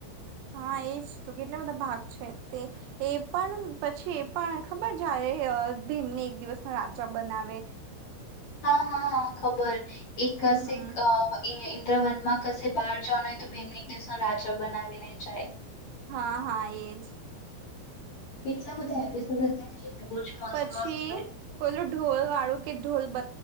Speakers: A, on the right; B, on the left.
A: હા એજ તો કેટલા બધા ભાગ છે તે એ પણ પછી એ પણ ખબર જાય ભીમ ને એક દિવસ ન રાજા બનાવે
B: હા હા હા ખબર એક
A: હમ
B: <inaudible>
A: હમ
B: દ્ર વનમાં ક બહાર જવાનું હોય તો ભીમ ને દેશનો રાજા બનાવીને જાય
A: હા હા એજ
B: કેટલા બધા એપિસોડ હતા બહુ જ મસ્ત
A: પછી
B: મસ્ત હોય.
A: પેલું ઢોલ વાળું કે ઢોલ બ